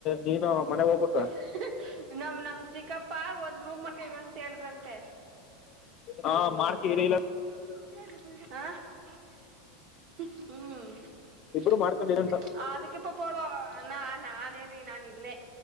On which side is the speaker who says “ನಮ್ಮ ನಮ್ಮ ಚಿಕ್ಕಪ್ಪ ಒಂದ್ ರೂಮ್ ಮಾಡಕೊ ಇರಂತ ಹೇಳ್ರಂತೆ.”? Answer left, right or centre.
Right